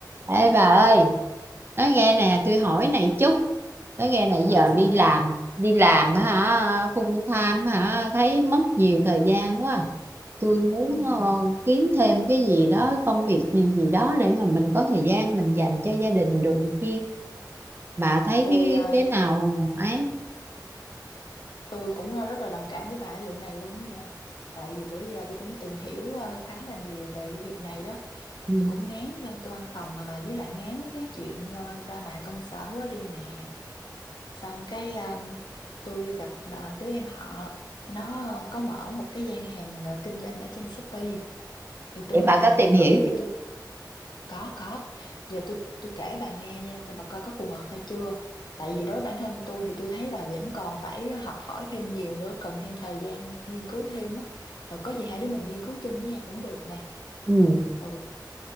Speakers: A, on the right; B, on the left.
A: Ê bà ơi, nói nghe
B: Ừ,
A: nè, tôi hỏi này chút, nói nghe nãy
B: ừ
A: giờ
B: sao
A: đi
B: mát
A: làm, đi làm hả, full time hả, thấy mất nhiều thời gian quá. Tôi muốn
B: ừ.
A: ờ, kiếm thêm cái gì đó, công việc gì gì đó để mà mình có thời gian mình dành cho gia đình rồi này kia. Bà thấy
B: tôi
A: cái,
B: ờ,
A: cái nào ấy,
B: tôi cũng ờ, rất là đồng cảm với bà ở vụ này luôn á nha tại vì bữa giờ tôi cũng tìm hiểu ờ, khá là nhiều về cái việc này đó
A: ừ.
B: tôi cũng ngán bên cái văn phòng mà bà với lại ngán mấy cái chuyện ờ, drama công sở quá đi nè xong cái ờ, tôi gặp bà, đứa em họ nó có mở một cái gian hàng ờ, kinh doanh ở trên Shopee thì tôi
A: Vậy
B: mới
A: bà
B: tìm
A: có tìm
B: hiểu
A: hiểu
B: thử vậy
A: chưa?
B: tôi có có giờ tôi tôi kể bà nghe nha coi bà coi có phù hợp hay chưa tại vì đối với bản thân tôi thì tôi thấy là vẫn còn phải học hỏi thêm nhiều nữa cần thêm thời gian nghiên cứu thêm á rồi có gì hai đứa mình nghiên cứu chung với nhau cũng được nè
A: Ừ,
B: ừ